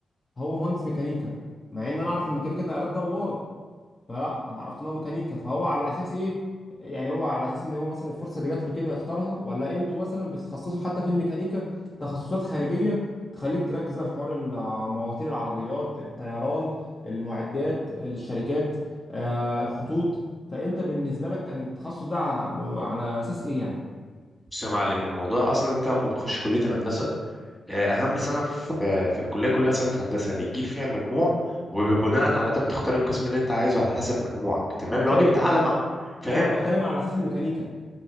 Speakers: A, on the left; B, in the centre.
A: هو مهندس ميكانيكا مع ان انا اعرف الميكانيكا ده آلات دواره فلا انا عرفت ان هو ميكانيكا فهو على اساس ايه يعني هو على اساس ان هو مثلا الفرصه اللي جات له كده اختارها ولا انتوا مثلا بتتخصصوا حتى في الميكانيكا تخصصات خارجيه تخليك تركز بقى في حوار الع- مواتير العربيات الطيران المعدات للشركات آه الخطوط فانت بالنسبه لك كان التخصص ده ع- على اساس ايه يعني
B: بص يا معلم الموضوع اصلا انت لما بتخش كليه الهندسه آه، اهم سنه في في الكليه كلها سنه هندسه بتجيب فيها مجموع وبناء على ده بتختار القسم اللي انت عايزه على حسب مجموعك تمام
A: انا فاهم
B: لو جبت اعلى مع فاهم
A: فاهم انا بتكلم على اساس الميكانيكا